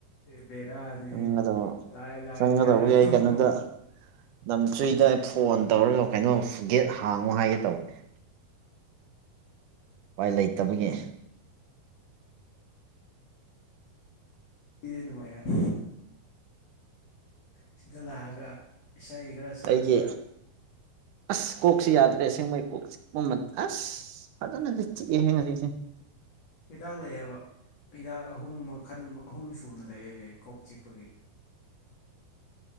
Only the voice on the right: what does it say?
ꯆꯪꯒꯗꯧꯕ
ꯆꯪꯒꯗꯧꯕꯒꯤ
ꯑꯩ
ꯀꯩꯅꯣꯗ ꯅꯝꯗ꯭ꯔꯤꯗ ꯑꯩ ꯐꯣꯟ ꯇꯧꯔꯒ ꯀꯩꯅꯣꯝ ꯐꯨꯒꯦꯠ ꯍꯥꯡꯉꯨ ꯍꯥꯏꯒꯦ ꯇꯧꯕꯅꯤ ꯎꯄꯥꯏ ꯂꯩꯇꯕꯒꯤ
ꯑꯩꯒꯤ ꯑꯁ ꯀꯣꯛꯁꯤ ꯌꯥꯗ꯭ꯔꯦꯁ ꯁꯦꯡꯕ ꯀꯣꯛ ꯑꯁ ꯐꯁꯦ ꯊ ꯍꯦꯡꯉꯁ